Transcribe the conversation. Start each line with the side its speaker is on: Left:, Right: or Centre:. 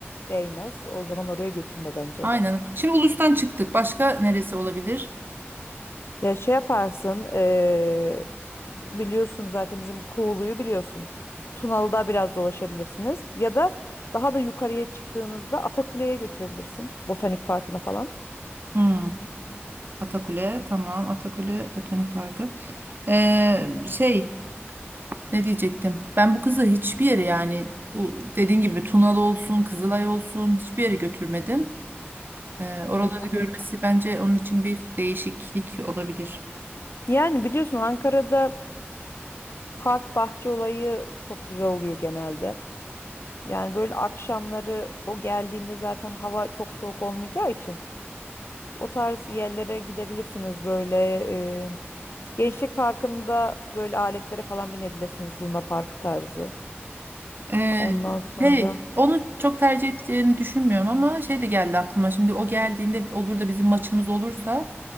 Left: değmez. O zaman oraya götürme bence.
Right: Aynen. Şimdi Ulus'tan çıktık. Başka neresi olabilir?
Left: Ya şey yaparsın, eee, biliyorsun zaten bizim Kuğulu'yu biliyorsun. Tunalı'da biraz dolaşabilirsiniz. Ya da daha da yukarıya çıktığınızda Atakule'ye götürebilirsin. Botanik Parkı'na falan.
Right: Hmm. Atakule tamam. Atakule Botanik Parkı. Ee, şey ne diyecektim? Ben bu kızı hiçbir yere yani u- dediğin gibi Tunalı olsun, Kızılay olsun hiçbir yere götürmedim. Ee, oraları
Left: Eyvah
Right: görmesi
Left: eyvah.
Right: bence onun için bir değişiklik olabilir.
Left: Yani biliyorsun Ankara'da park bahçe olayı çok güzel oluyor genelde. Yani böyle akşamları o geldiğinde zaten hava çok soğuk olmayacağı için. O tarz yerlere gidebilirsiniz böyle. e, Gençlik Parkı'nda böyle aletlere falan binebilirsiniz. Luna Park tarzı.
Right: Ee,
Left: Ondan sonra
Right: hey, onu çok tercih edeceğini düşünmüyorum ama şey de geldi aklıma. Şimdi o geldiğinde olur da bizim maçımız olursa,